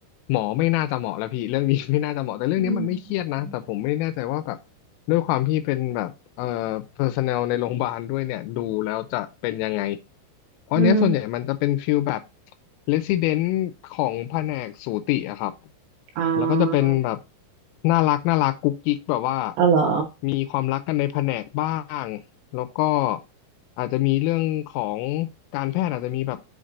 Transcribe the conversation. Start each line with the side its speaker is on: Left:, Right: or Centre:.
Left: หมอไม่น่าจะเหมาะแล้วพี่เรื่องนี้ <laughs> ไม่น่าจะเหมาะแต่เรื่องนี้มันไม่เครียดนะแต่ผมไม่แน่ใจว่าแบบ
Right: อืม
Left: ด้วยความที่เป็นแบบเอ่อ personnel ในโรงพยาบาลด้วยเนี่ยดูแล้วจะเป็นยังไงเพราะอันเนี้ยส่วนใหญ่มันจะเป็นฟิลแบบ
Right: อืม
Left: resident ของแผนกสูติอะครับ
Right: อ่
Left: แล้วก็จะเป็นแบบ
Right: า
Left: น่ารักน่ารักกุ๊กกิ๊กแบบว่า
Right: อ๋อเหรอ
Left: มีความรักกันในแผนกบ้างแล้วก็อาจจะมีเรื่องของการแพทย์อาจจะมีแบบ